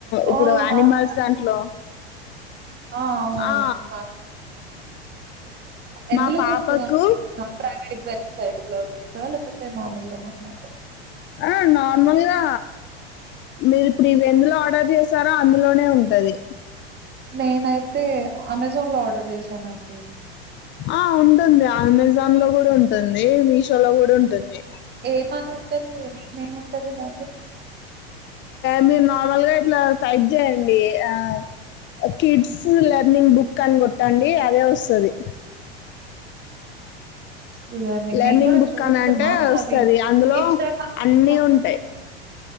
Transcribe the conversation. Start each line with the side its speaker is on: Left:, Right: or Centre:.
Right: ఓ
Left: ఇప్పుడు
Right: నాకు
Left: అనిమల్స్ దాంట్లో
Right: ఆ అవునవును
Left: ఆ
Right: నాకు ఎందులో
Left: మా పాపకు
Right: దొరుకుతుందిండి ప్రైవేట్ వెబ్సైట్ <unintelligible> లేకపోతే మామలుగా ఏమన్నా
Left: ఆ నర్మల్ గా మీరు ఇప్పుడు ఇవి ఎందులో ఆర్డర్ చేసారో అందులోనే ఉంటది.
Right: నేనైతే అమెజాన్ లో ఆర్డర్ చేసా స్నా నండి
Left: ఆ ఉంటుంది అమెజాన్ లో కూడా ఉంటుంది మీషో లో కూడా ఉంటుంది
Right: ఏమని ఉంటది మేమేమింటది దాద
Left: మీరు నార్మల్గా ఇట్లా టైప్ చేయండి ఆ కిడ్స్ లెర్నింగ్ బుక్ అని కొట్టండి అదే వస్తుంది
Right: అసలు నే
Left: లెర్నింగ్
Right: నేను గూడా
Left: బుక్
Right: చూస్తున్నా
Left: అని అంటే వస్తుంది
Right: అది
Left: అందులో
Right: ఇన్‌స్టాగ్రామ్‌లో
Left: అన్ని ఉంటాయి